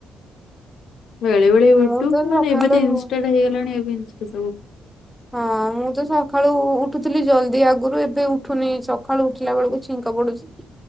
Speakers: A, on the left (about 70°); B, in the centre.
A: ବେଳେବେଳେ ୟୁଟ୍ୟୁବୁ
B: ମୁଁ ତ
A: ନହେଲେ
B: ସକାଳୁ
A: ଏବେ ତ ଇନଷ୍ଟାଟା
B: ହଁ
A: ହେଇଗଲାଣି ଏବେ ଇନଷ୍ଟା ସବୁ।
B: ହଁ ମୁଁ ତ ସଖାଳୁ ଉ-ଉଠୁଥିଲି ଜଲ୍ଦି ଆଗୁରୁ ଏବେ ଉଠୁନି ସଖାଳୁ ଉଠିଲା ବେଳୁକୁ ଛିଙ୍କ ପଡୁଚି।